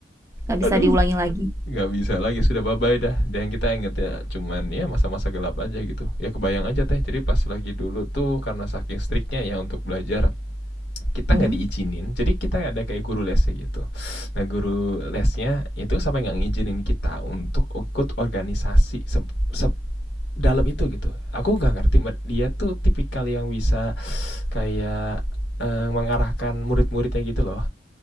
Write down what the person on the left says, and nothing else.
aduh
nggak bisa lagi sudah bye bye dah dan kita inget ya cuman ya masa-masa gelap aja gitu ya kebayang aja teh jadi pas lagi dulu tuh karena saking striknya ya untuk belajar kita
nggak diizinin jadi kita ada kayak guru lesnya gitu nah guru lesnya itu sampai nggak ngizinin kita untuk ikut organisasi se- se- dalam itu gitu aku nggak ngerti dia tuh tipikal yang bisa kayak eh, mengarahkan murid-muridnya gitu loh.